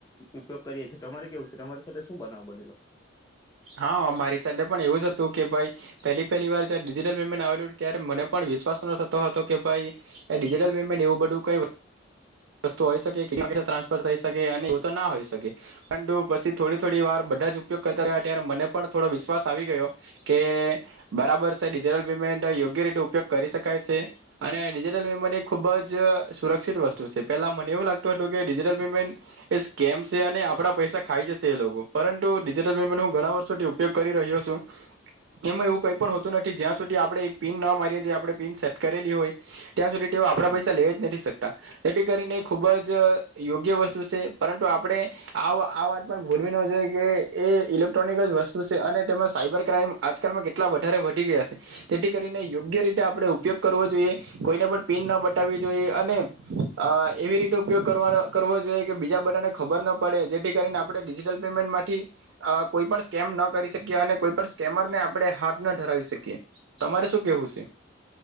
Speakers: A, on the left; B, on the right.
A: ઉપયોગ કરીએ છીએ તમારે કેવું છે તમારી સાથે શું બનાવ બનેલો.
B: હા મારી સાથે પણ એવું જ હતું કે ભાઈ પહેલી પહેલી વાર જયારે ડિજિટલ પેમેન્ટ આવેલું ત્યારે મને પણ વિશ્વાસ ન થતો હતો કે ભાઈ એ ડિજિટલ પેમેન્ટ એવું બધું કઈ વસ્તુ હોઈ શકે ટ્રાન્સફર થઈ શકે અને એવું તો ના હોઈ શકે પણ પછી થોડી થોડી વાર બધા જ ઉપયોગ કરતા મને પણ થોડો વિશ્વાસ આવી ગયો કે બરાબર છે ડિજટલ પેમેન્ટ યોગ્ય રીતે ઉપયોગ કરી શકાય સે અને ડિજિટલ પેમેન્ટ એ ખુબ જ સુરક્ષિત વસ્તુ સે પેલા મને એવું લાગતું હતું કે ડિજિટલ પેમેન્ટ એ સ્કેમ સે અને આપડા પૈસા ખાઈ જશે એ લોકો પરંતુ ડિજિટલ પેમેન્ટ હું ઘણા વર્ષોથી ઉપયોગ કરી રહ્યો છું એમાં એવું કઈ પણ હોતું નથી જ્યાં સુધી આપણે એક પીન ન મારીએ જે આપણે પીન સેટ કરેલી હોય ત્યાં સુધી તેઓ આપણા પૈસા લેયજ નથી શકતા જેથી કરીને એ ખૂબ જ યોગ્ય વસ્તુ છે પરંતુ આપણે આ વાત પણ ભૂલવી ન જોઈએ કે એ ઇલેક ઇલેક્ટ્રોનિક જ વસ્તુ છે અને તેમાં સાયબર ક્રાાઈમ આજકાલમાં કેટલા વધારે વધી ગયા છે જેથી કરીને યોગ્ય રીતે આપણે ઉપયોગ કરવો જોઈએ કોઈને પણ પિન ન બટાવવી જોઈએ અને એવી રીતે ઉપયોગ કરવાનો કરવો જોઈએ કે બીજા બધાને ખબર ન પડે જેથી કરીને આપણે ડિજિટલ પેમેન્ટમાંથી અ કોઈ પણ સ્કેમ ન કરી શકીએ અને કોઈ પણ સ્કેમરને આપણે હાથ ન ધરાવી શકીએ. તમારે શું કેવું છે